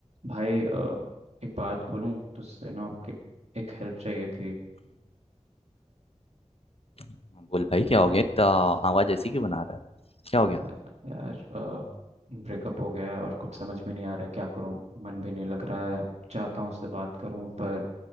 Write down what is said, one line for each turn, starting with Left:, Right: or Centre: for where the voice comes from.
Right: भाई अ, एक बात बोलूं तुझसे ना एक एक हेल्प चाहिए थी
Left: हाँ, बोल भाई क्या हो गया इतना आवाज ऐसी क्यों बना रहा है क्या हो गया
Right: अ, यार ब्रेकअप हो गया है और कुछ समझ में नहीं आ रहा है क्या करूं मन भी नहीं लग रहा है चाहता हूं उससे बात करूं पर